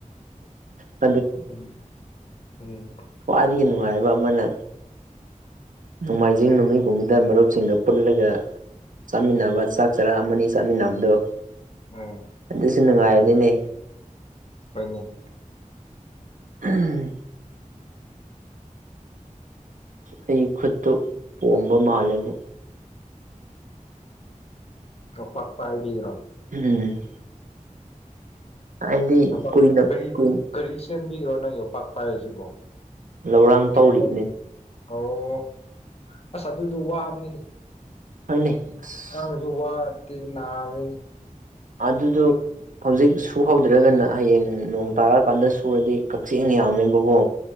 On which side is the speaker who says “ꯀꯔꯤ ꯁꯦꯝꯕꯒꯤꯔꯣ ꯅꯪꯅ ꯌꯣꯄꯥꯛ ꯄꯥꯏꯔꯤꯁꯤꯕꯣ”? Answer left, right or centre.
Left